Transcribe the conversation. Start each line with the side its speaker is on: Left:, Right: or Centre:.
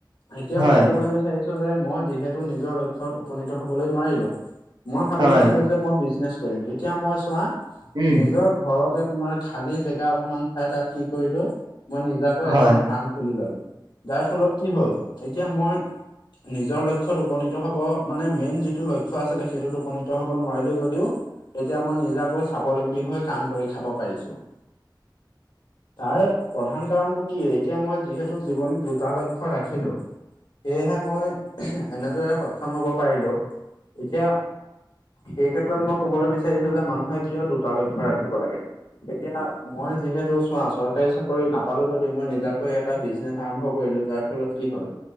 Left: এতিয়া
Right: হয়,
Left: মই ক'বলৈ বিচাৰিছো যে মই যিহেতু নিজৰ লক্ষ্যয়ত উপনীত হ'বলৈ নোৱাৰিলো, মই ভাবি
Right: হয়,
Left: থৈছিলো যে মই বিজনেছ কৰিম, এতিয়া মই চোৱা
Right: উম,
Left: নিজৰ ঘৰতে তোমাৰ খালি জেগা অকমান- চাই তাত কি কৰিলো মই নিজাকৈ
Right: হয়,
Left: এখন ফাৰ্ম খুলি ললো। যাৰ ফলত কি হ'ল এতিয়া মই নিজৰ লক্ষত উপনীত হ'ব মানে মেইন যিটো লক্ষ্য আছিলে সেইটোত উপনীত হ'ব নোৱাৰিলেও যদিও এতিয়া মই নিজাকৈ স্বাৱলম্বী হৈ কাম কৰি খাব পাৰিছো।
Right: <unintelligible>
Left: তাৰে প্ৰধান কাৰণটো কি এতিয়া মই যিহেতু জীৱনত দুটা লক্ষ্য ৰাখিলো সেয়েহে মই এনেদৰে সক্ষম হ'ব পাৰিলো। এতিয়া সেই ক্ষেত্ৰত মই ক'বলৈ বিচাৰিছো যে মানুহে কিয় দুটা লক্ষ্য ৰাখিব লাগে। এতিয়া মই যিহেতু চোৱা, চৰকাৰী চাকৰি নাপালো যদিও মই নিজাকৈ এটা বিজনেছ আৰম্ভ কৰিলো যাৰ ফলত কি হ'ল